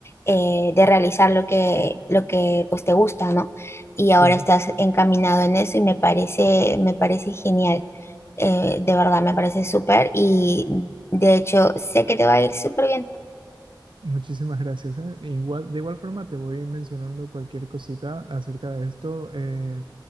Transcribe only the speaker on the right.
Claro.
Muchísimas gracias. eh. E Igual, de igual forma te voy mencionando cualquier cosita acerca de esto eh,